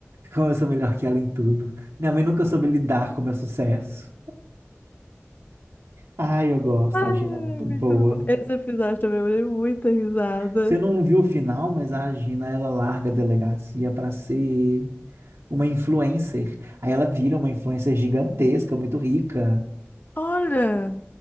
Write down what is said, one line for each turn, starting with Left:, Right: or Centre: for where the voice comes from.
Right: como eu sou melhor que ela em tudo. Minha mãe nunca soube lidar com o meu sucesso. Ai, eu gosto,
Left: ai,
Right: a Gina
Left: ai,
Right: é muito
Left: muito
Right: boa.
Left: bom. Esse episódio também eu dei muita risada.
Right: Você não viu o final, mas a Gina, ela larga a delegacia para ser uma influencer. Aí ela vira uma influencer gigantesca, muito rica.
Left: Olha,